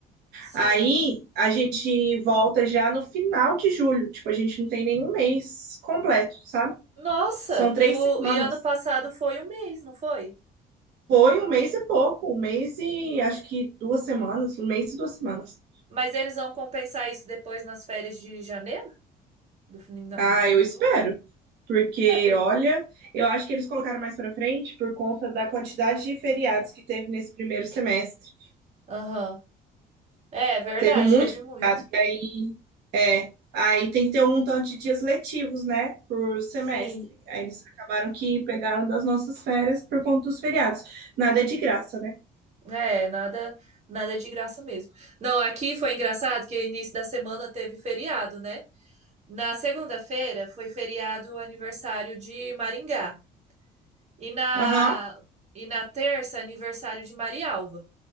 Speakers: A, on the right; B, on the right.
A: Sim.
B: Aí a gente volta já no final de julho. Tipo, a gente não tem nenhum mês completo, sabe?
A: Nossa,
B: São três
A: e o
B: semanas.
A: e ano passado foi um mês, não foi?
B: Foi um mês e pouco, um mês e acho que duas semanas, um mês e duas semanas.
A: Mas eles vão compensar isso depois nas férias de janeiro, do, fina-
B: Ah,
A: do final
B: eu espero,
A: do ano?
B: porque
A: É, porque.
B: olha, eu acho que eles colocaram mais pra frente por conta da quantidade de feriados que teve nesse primeiro semestre.
A: Aham. É, verdade,
B: Teve muito.
A: teve muito.
B: e Aí, é, aí tem que ter um tanto de dias letivos, né? Por semestre.
A: Sim.
B: Aí eles acabaram que pegaram das nossas férias por conta dos feriados. Nada é de graça, né?
A: É, nada, nada é de graça mesmo. Não, aqui foi engraçado que início da semana teve feriado, né? Na segunda-feira foi feriado o aniversário de Maringá. E na
B: Aham.
A: e na terça aniversário de Marialva.